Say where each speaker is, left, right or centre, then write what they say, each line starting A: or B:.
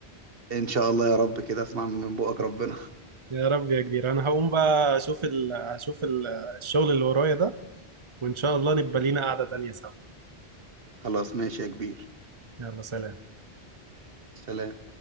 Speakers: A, on the right; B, on the right.
A: ان شاء الله يا رب كده اسمع من بقك ربنا
B: يا رب يا كبير انا هقوم بقى اشوف ال... اشوف ال... الشغل اللي ورايا ده وان شاء الله نبقى لينا قعدة تانية سوا
A: خلاص ماشي يا كبير
B: يلا سلام
A: سلام